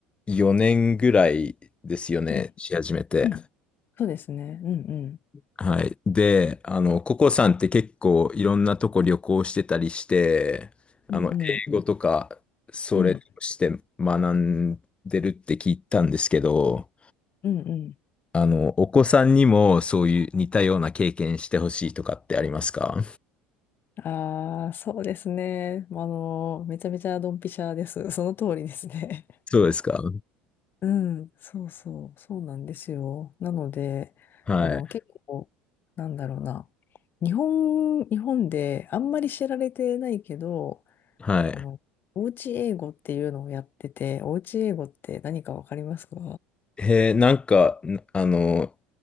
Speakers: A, on the left (about 20°); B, on the left (about 40°).
A: 4年ぐらいですよね、
B: うん、
A: し始めて。
B: うん。そうですね。うん、
A: はい。で、あの、ココさんって結構いろんなとこ旅行してたりして、あの、
B: うん、うん、
A: 英語とか、それとして学んでるって聞いたんですけど、
B: うん、うん、うん。
A: あの、お子さんにもそういう似たような経験してほしいとかってありますか
B: ああ、そうですね。あの、めちゃめちゃドンピシャです。<laughs> その通りですね。
A: そうですか
B: <laughs> うん、そうそう、そうなんですよ。なので、
A: はい。
B: あの、結構、なんだろうな。日本、日本であんまり知られてないけど、
A: はい。
B: あの、おうち英語っていうのをやってて、おうち英語って何かわかりますか
A: へえ、なんか、んあの、